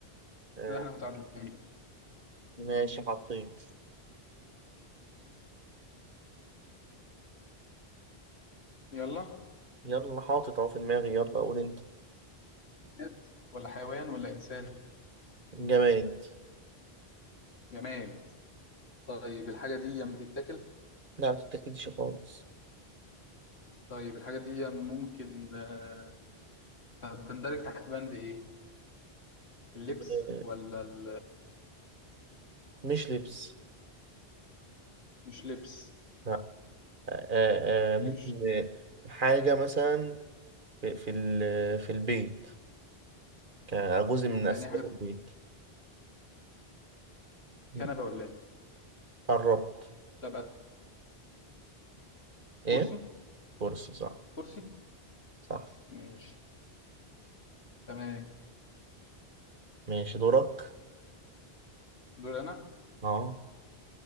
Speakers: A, on the right (about 55°); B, on the left (about 80°).
A: آه،
B: كده احنا متعادلين
A: ماشي حطيت
B: يلا
A: يلا حاطط أهو في دماغي يلا قول أنت
B: جماد ولا حيوان ولا انسان
A: جماد
B: جماد طيب الحاجه دي بتتاكل
A: لا متتأكدش خالص
B: طيب الحاجه دي ممكن آه، تندرج تحت بند ايه اللبس
A: آه،
B: ولا ال...
A: مش لبس
B: مش لبس
A: لا آه، آه، آه،
B: مش
A: ممكن حاجة مثلا في في ال- في البيت كان جزء من أسباب
B: يعني إيه حاجه في
A: البيت م.
B: كنبه ولا ايه
A: قربت
B: طب
A: إيه؟
B: كرسي
A: كرسي صح
B: كرسي
A: صح
B: ماشي تمام
A: ماشي دورك
B: دور انا
A: أه